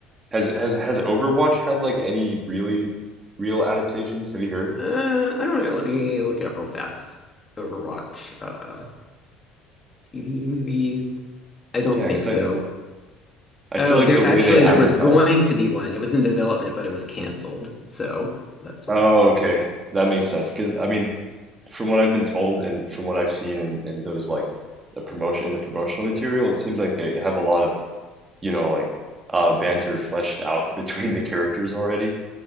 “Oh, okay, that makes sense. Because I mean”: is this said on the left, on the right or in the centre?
Right